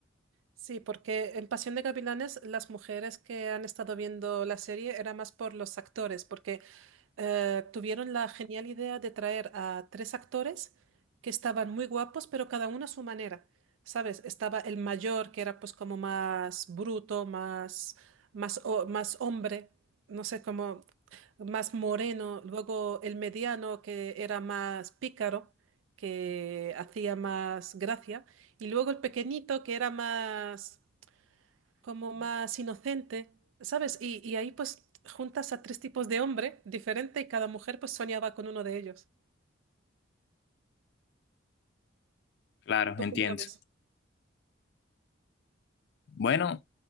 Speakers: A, on the right (about 80°); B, on the left (about 55°).
A: Sí, porque en Pasión de Gavilanes las mujeres que han estado viendo la serie era más por los actores, porque eh, tuvieron la genial idea de traer a tres actores que estaban muy guapos, pero cada uno a su manera. ¿Sabes? Estaba el mayor, que era pues como más bruto, más, más, ho- más hombre, no sé, como más moreno. Luego el mediano, que era más pícaro, que hacía más gracia. Y luego el pequeñito, que era más como más inocente, ¿sabes? Y, y ahí pues juntas a tres tipos de hombre diferente y cada mujer pues soñaba con uno de ellos.
B: Claro,
A: ¿Tú
B: entiendo.
A: cómo lo ves?
B: Bueno,